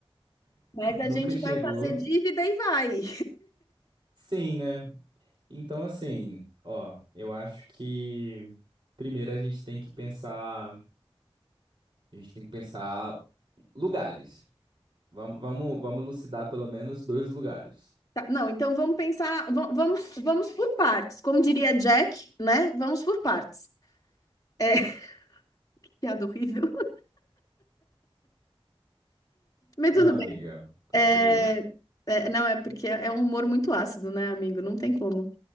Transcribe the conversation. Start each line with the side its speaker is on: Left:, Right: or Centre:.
Left: mas a
Right: nunca
Left: gente
Right: chegou.
Left: vai fazer dívida e vai.
Right: Sim, né? Então, assim, ó, eu acho que primeiro a gente tem que pensar. A gente tem que pensar lugares. Vamos, vamos, vamos elucidar pelo menos dois lugares.
Left: Tá, não, então vamos pensar, va- vamos, vamos por partes. Como diria Jack, né? Vamos por partes. É, <laughs> piada horrível. Mas
Right: Ah,
Left: tudo bem.
Right: amiga, continua.
Left: É, é, não, é porque é é um humor muito ácido, né, amigo? Não tem como.